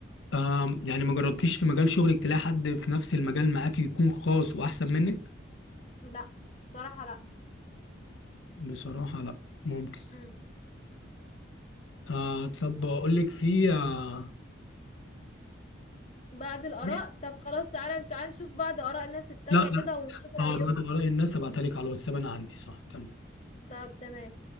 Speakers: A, on the left (about 75°); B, on the left (about 35°).
A: آم يعني ما جربتيش في مجال شغلك تلاقي حد في نفس المجال معاك يكون خاص واحسن منك
B: لا بصراحه لا
A: بصراحه لا ممكن
B: مم.
A: آه طب اقول لك في آه
B: بعد الاراء
A: لا
B: طب خلاص تعالى تعالى نشوف بعض اراء الناس التانية
A: لا
B: كده ونشوف
A: اه
B: رايهم
A: بعد وراء الناس ابعتها لك على الواتساب انا عندي صح تمام
B: طب تمام